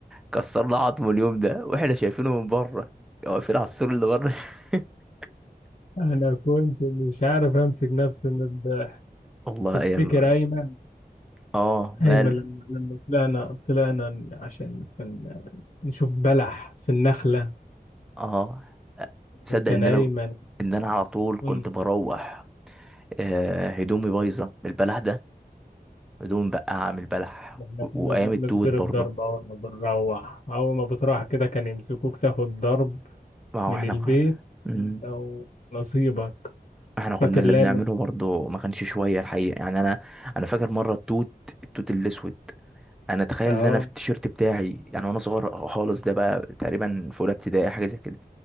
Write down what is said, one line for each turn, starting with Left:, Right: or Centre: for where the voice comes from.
Centre: كسر له عظمه اليوم ده واحنا شايفينه من بره واقفين على السور اللي بره <laughs>
Left: أنا كنت مش عارف أمسك نفسي من الضحك
Centre: والله
Left: تفتكر
Centre: ايام
Left: أيمن
Centre: اه
Left: أيمن
Centre: ماله
Left: لما لما طلعنا طلعنا عشان كان نشوف بلح في النخلة
Centre: اه تصدق
Left: وكان
Centre: ان
Left: أيمن
Centre: انا ان انا على طول
Left: أمم،
Centre: كنت بروح آه هدومي بايظه من البلح ده هدوم بقى من البلح
Left: إحنا
Centre: و-
Left: كنا
Centre: وايام
Left: بنضرب
Centre: التوت برضه
Left: ضرب أول ما بنروح أول ما بتروح كده كان يمسكوك تاخد ضرب
Centre: ما هو
Left: من
Centre: احنا
Left: البيت
Centre: كنا مم.
Left: أنت ونصيبك
Centre: احنا كنا
Left: فاكر
Centre: اللي
Left: لامن
Centre: بنعمله برضه ما كانش شويه الحقيقه يعني انا انا فاكر مره التوت التوت الاسود انا تخيل
Left: أهو
Centre: ان انا في التيشيرت بتاعي يعني وانا صغير خالص ده بقى تقريبا في اولى ابتدائي حاجه زي كده